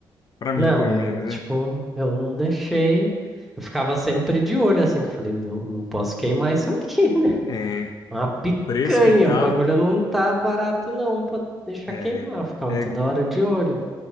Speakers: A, on the left; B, in the centre.
A: Pra mim,
B: Não,
A: pelo
B: eu,
A: menos,
B: tipo,
A: né?
B: eu não deixei. Eu ficava sempre de olho, assim, que eu falei, não, não posso queimar isso aqui, <laughs> né?
A: É,
B: Uma picanha,
A: o preço que tá
B: o bagulho não tá barato, não, pra deixar
A: é,
B: queimar. Eu Ficava
A: é,
B: toda hora de olho.